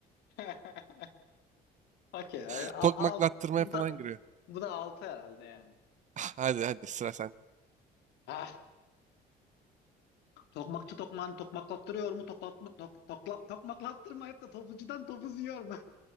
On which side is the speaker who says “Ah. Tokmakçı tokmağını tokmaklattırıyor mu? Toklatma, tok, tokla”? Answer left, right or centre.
Left